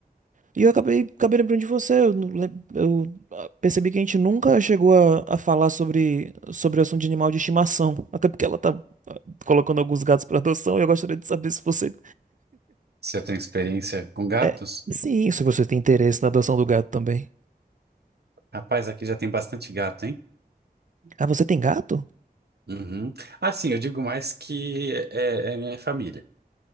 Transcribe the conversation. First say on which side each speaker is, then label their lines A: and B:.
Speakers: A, on the right; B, on the right.
A: e eu acabei, acabei lembrando de você, eu, não lem- eu, ah, percebi que a gente nunca chegou a, a falar sobre, sobre o assunto de animal de estimação, até porque ela tá ah, colocando alguns gatos pra adoção, e eu gostaria de saber se você...
B: Se eu tenho experiência com gatos?
A: É, sim, se você tem interesse na adoção do gato também.
B: Rapaz, aqui já tem bastante gato, hein?
A: Ah, você tem gato?
B: Uhum. Ah, sim, eu digo mais que é, é minha família.